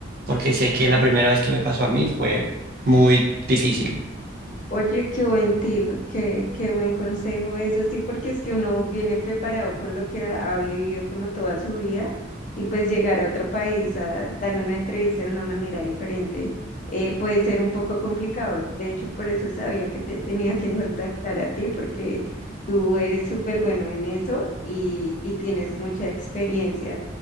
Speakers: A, on the right; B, on the left.
A: porque sé que la primera vez que me pasó a mí fue muy difícil.
B: Oye, qué buen tip, qué, qué buen consejo eso, sí, porque es que uno viene preparado con lo que ha vivido como toda su vida y pues llegar a otro país a dar una entrevista de una manera diferente eh, puede ser un poco complicado. De hecho, por eso sabía que te tenía que contactar a ti porque tú eres súper bueno en eso y, y tienes mucha experiencia.